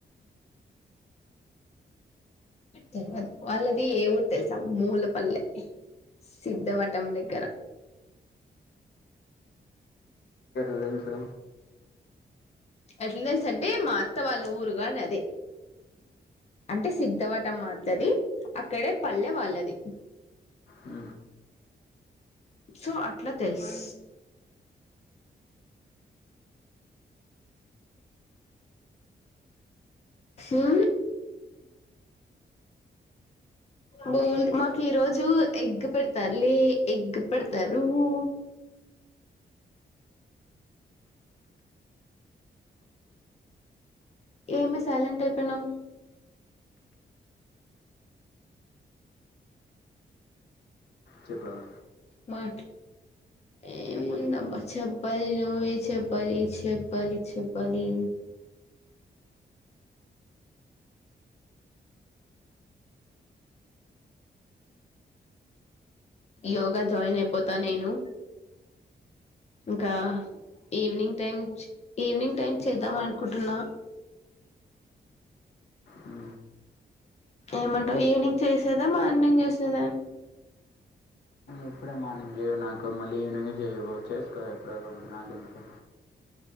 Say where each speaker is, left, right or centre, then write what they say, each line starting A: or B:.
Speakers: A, on the left; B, on the left.
A: తెలియదు వాళ్ళది ఏ ఊరు తెలుసా మూల పల్లె సిద్ధవటం దగ్గర
B: డెల్సు
A: ఎట్లా తెలుస అంటే మా అత్త వాళ్ళ ఊరుగాని అదే అంటే సిగ్ధవటం మాతది అక్కడే పల్లె వాళ్ళది
B: ఉ
A: సో అట్లా తెలుసు ఆ బోల్ మాకు ఈ రోజు ఎగ్ పెడతారులే ఎగ్ పెడతారు ఉ ఏమి సైలెంట్ అయిపోయినావు
B: చెప్పరా
A: మాట్ ఏ ముందబ్బ చెప్పాలి నువ్వే చెప్పాలి చెప్పాలి చెప్పాలి యోగా జాయిన్ అయిపోతా నేను ఇంకా ఈవినింగ్ టైమ్ ఈవినింగ్ టైమ్ చేద్దాం అనుకుంటున్నా
B: ఊ
A: ఏమంటావు ఈవినింగ్ చేసేదా మార్నింగ్ చేసేదా
B: ఇప్పుడే మార్నింగ్ చేయ నాకు మళ్ళీ ఈవినింగ్ చేయ చేసుకోవు ఎప్పుడో ఒకపుడు నాకు ఎందుకు